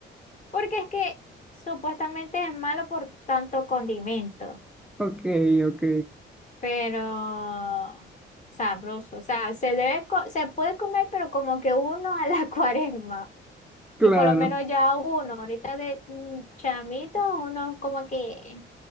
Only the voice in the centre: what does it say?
Ok, ok,
claro,